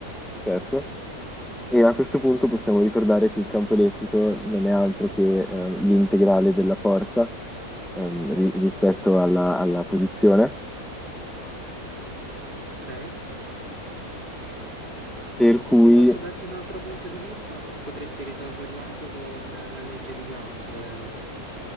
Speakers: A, in the centre; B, on the right.
A: certo. E a questo punto possiamo ricordare che il campo elettrico non è altro che eh, l'integrale della forza ehm, ri- rispetto alla, alla posizione,
B: Ok.
A: per cui,
B: Se posso darti un altro punto di vista, potresti risolverlo anche con la legge di Gauss, volendo.